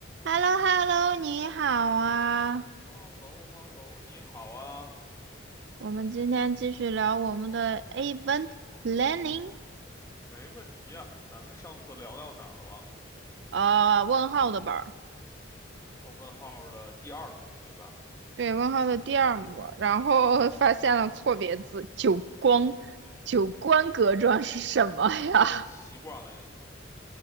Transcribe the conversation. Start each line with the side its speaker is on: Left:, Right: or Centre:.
Right: h e l l o h e l l o 你好啊！
Left: h e l l o h e l l o 你好啊，
Right: 我们今天继续聊我们的 event planning，
Left: 没问题啊。咱们上次聊到哪儿了？
Right: 呃，问号的本儿。
Left: 奥本浩尔的第二幕，对吧？
Right: 对，问号的第二幕，然后发现了错别字，九光，九官格状是什么呀？
Left: 啊，我习惯了已经。